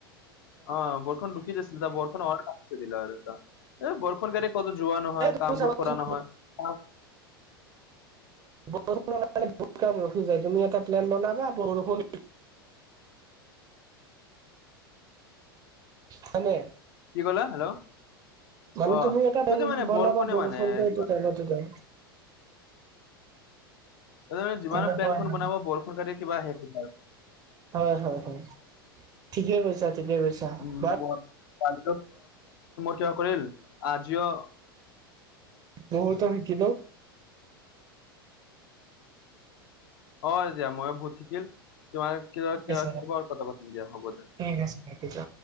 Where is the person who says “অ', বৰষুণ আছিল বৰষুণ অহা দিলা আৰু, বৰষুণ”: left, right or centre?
Left